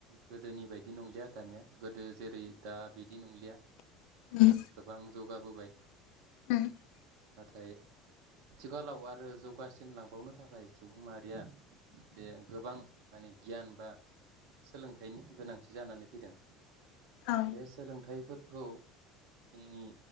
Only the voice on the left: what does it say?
उम
<inaudible>
औ